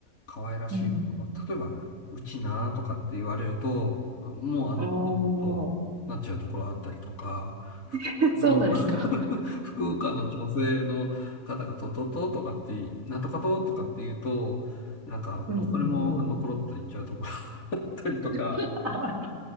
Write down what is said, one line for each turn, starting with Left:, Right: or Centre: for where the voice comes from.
Left: 可愛らしい言葉。
Right: うんうん
Left: 例えば、うちなーとかって言われると、もうあの、
Right: お
Left: となっちゃうところあったりとか、
Right: ー、
Left: ふあの、
Right: <laughs> そうなんですか。
Left: <laughs> 福岡の女性の方がととととかって、なんとかととかって言うと、なんかもうそれもあの、
Right: うん。うんうんうん。
Left: コロッと言っちゃうところ <laughs> あったりとか、
Right: <laughs> あ